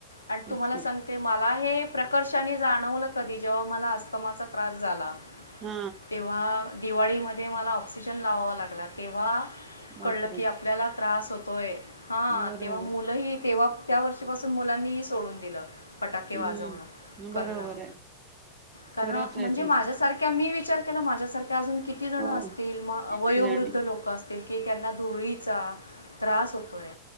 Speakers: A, on the left; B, on the right.
A: आणि
B: तेच
A: तुम्हाला
B: की
A: सांगते म ला हे प्रकर्षाने जाणवलं कधी जेव्हा, मला अस्तमाचा त्रास झाला.
B: हा
A: तेव्हा दिवाळीमध्ये मला ऑक्सिजन लावावा लागला तेव्हा --
B: बापरे
A: कळलं की आपल्याला त्रास होतोय हा
B: बरोबर
A: तेव्हा मुलं ही तेव्हा त्या वर्षीपासून मुलांनीही सोडून दिलं. फटाके
B: हम्म
A: वाजवणं
B: बरोबर
A: करणं
B: आहे
A: कारण
B: खरंच आहे
A: म्हणजे
B: ते
A: माझ्यासारख्या मी वि -- विचार केला माझ्यासारख्या अजून किती जण
B: हो
A: असतील
B: किती
A: वयोवृद्ध
B: जणी
A: लोक असतील. की त्यांना धुळीचा त्रास होतोय.